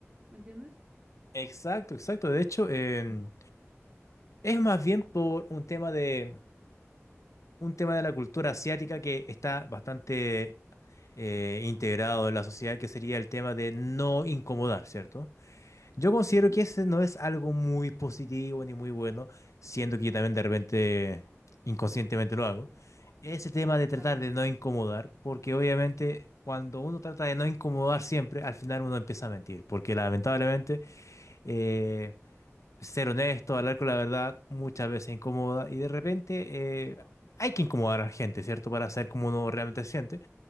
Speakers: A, on the right; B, on the left.
A: ¿me entiendes?
B: Exacto, exacto. De hecho, em, es más bien por un tema de un tema de la cultura asiática que está bastante eh, integrado en la sociedad, que sería el tema de no incomodar, ¿cierto? Yo considero
A: Ujú,
B: que ese no es algo muy positivo ni muy bueno, siendo que yo también de repente inconscientemente lo hago. Ese tema de tratar
A: claro,
B: de no incomodar, porque obviamente cuando uno trata de no incomodar siempre, al final uno empieza a mentir, porque lamentablemente eh, ser honesto, hablar con la verdad, muchas veces incomoda y de repente
A: se
B: eh,
A: va.
B: hay que incomodar a la gente, ¿cierto? Para saber cómo uno realmente se siente.